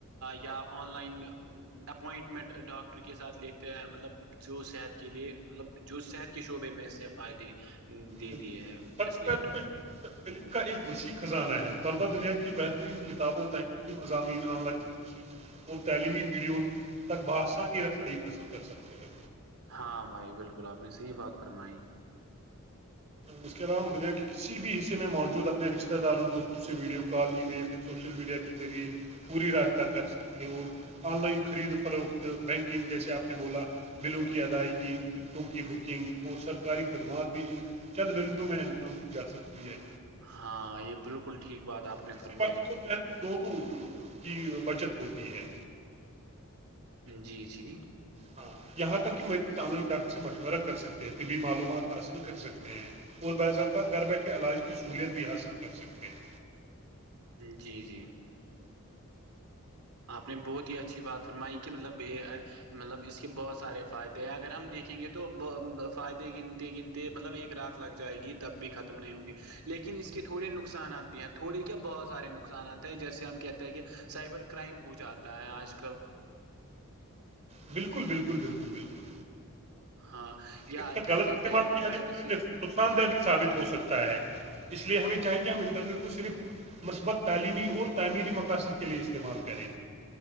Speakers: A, on the right; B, on the right.
A: یا آن لائن اپوائنٹمنٹ ڈاکٹر کے ساتھ لیتے ہیں مطلب جو صحت کے لیے مطلب جو صحت کے شعبے میں اس نے فائدے دے
B: بالکل
A: دیے ہیں
B: سب
A: اس
B: سے
A: نے
B: پہلے تو انٹرنیٹ
A: نے
B: علم کا ایک وسیع خزانہ ہے طلبا دنیا کی بہترین کتابوں تح <unintelligible> مزامئین آن لائن کورسز اور تعلیمی ویڈیوز تک بہآسانی رسائی حاصل کر سکتے ہیں
A: ہاں بھائی بالکل آپ نے صحیح بات فرمائی
B: اس کے علاوہ دنیا کے کسی بھی حصے میں موجود اپنے رشتے داروں دوستوں سے video call email social media کے ذریعے پوری رابطہ کر سکتے ہیں اور آن لائن خرید فر وقت بینکنگ جیسے آپ نے بولا بلوں کی ادائیگی ٹکٹوں کی بکنگ اور سرکاری خدمات بھی ان چند منٹوں میں انجام دی جا سکتی ہے
A: ہاں یہ بالکل بکل ٹھ بات آپ
B: اسسی
A: نے فرمائی
B: وقت اور محنت دونوں کی بچت ہوتی ہے
A: جی جی
B: ہاں یہاں تک کہ مریض آن لائن ڈاکٹر سے مشورہ کر سکتے ہیں طبی معلومات حاصل کر سکتے ہیں اور بعض اوقات گھر بیٹھے علاج کی سہولیت بھی حاصل کر سکتے ہیں
A: جی جی آپ نے بہت ہی اچھی بات فرمائی کہ مطلب یہ مطلب اس کے بہت سارے فائدے ہیں اگر ہم دیکھیں گے تو فائدے گنتے گنتے مطلب ایک رات لگ جائے گی تب بھی ختم نہیں ہوں گی لیکن اس کے تھوڑے نقصانات بھی ہیں تھوڑی کیا بہت سارے نقصان <unintelligible> نقصان آتا ہیں جیسے ہم کہتے ہیں کہ سائبر کرائم ہو جاتا ہے آج کل
B: بالکل بالکل بالکل بالکل
A: ہاں یا
B: اگر یہ س کا
A: کیا
B: غلط
A: کہتے
B: استعمال
A: ہیں وہ
B: کیہ
A: پرائیویسی
B: د تو <unintelligible> نقصان دہ بھی ثابت ہو سکتا ہے اس لیے ہمیں چاہے کہ ہم انٹرنیٹ کو صرف مثبت تعلیمی اور تعمیری مقاصد کے لیے استعمال کریں